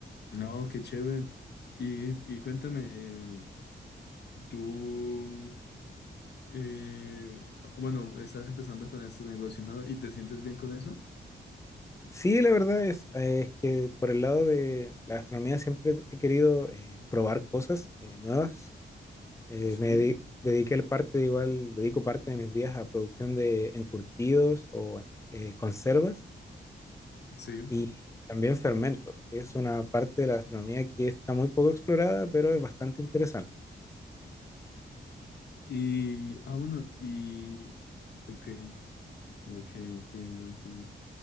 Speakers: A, on the left (about 60°); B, on the left (about 15°).
A: no, qué chévere. Y, y cuéntame, eh, tú... Eh, bueno, estás empezando con este negocio, ¿no? ¿Y te sientes bien con eso?
B: Sí, la verdad es, eh, es que por el lado de la gastronomía siempre he querido eh, probar cosas eh, nuevas. Eh,
A: Sí,
B: me dedi- dediqué el parte, de igual, dedico parte de mis días a producción de encurtidos o eh, conservas
A: Sí.
B: y también fermentos, que es una parte de la gastronomía que está muy poco explorada, pero es bastante interesante.
A: Y, ah, bueno, y, ok, ok, entiendo, entiendo.